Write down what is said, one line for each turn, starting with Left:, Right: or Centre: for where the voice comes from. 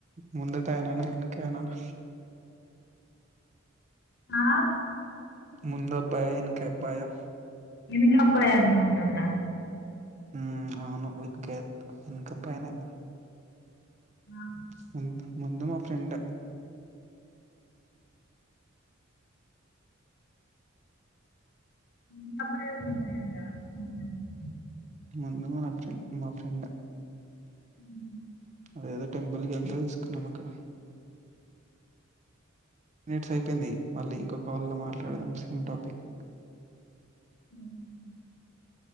Right: ముందట అయననా వేనకాయననా
Left: ఆ
Right: ముందబ్బాయా ఎనకాబ్బాయా
Left: వెనక అబ్బాయి అనుకుంటున్నా
Right: ఉ అవును వినకేత్ వెనక అబ్బాయినే
Left: ఆ
Right: ముం ముందు మా ఫ్రెండ్
Left: <unintelligible>
Right: ముందు మ ఫ్రండ్ మా ఫ్రెండ్
Left: ఉ
Right: అదేదో టెంపుల్ కి వెళ్తే తీసుకున్నాం అక్కడ టెన్ మినిట్స్ అయిపోయింది మళ్ళీ ఇంకో కాల్ లో మాట్లాడదాం
Left: ఫ్రెండా
Right: సేమ్ టాపిక్
Left: <inaudible>